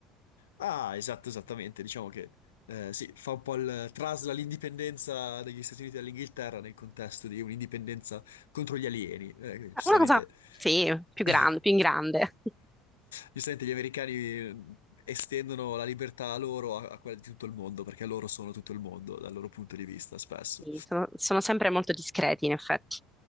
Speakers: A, on the left (about 85°); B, in the centre.
A: Ah, esatto, esattamente. Diciamo che eh, sì, fa un po' il trasla l'indipendenza degli Stati Uniti dall'Inghilterra nel contesto di un'indipendenza contro gli alieni. Eh, giustamente.
B: Una cosa, sì, più
A: <laughs>
B: grande, più in grande. <laughs>
A: Giustamente gli americani eh, estendono la libertà a loro, a, a quella di tutto il mondo, perché loro sono tutto il mondo dal loro punto di vista, spesso.
B: Sì, sono, sono sempre molto discreti, in effetti.